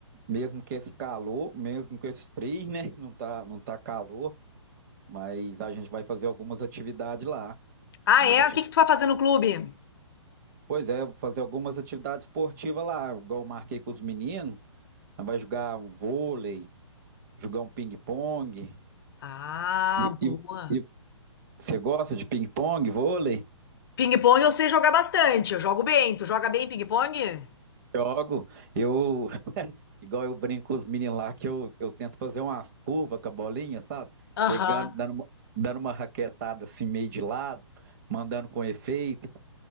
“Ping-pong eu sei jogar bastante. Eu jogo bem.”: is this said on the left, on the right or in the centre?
Left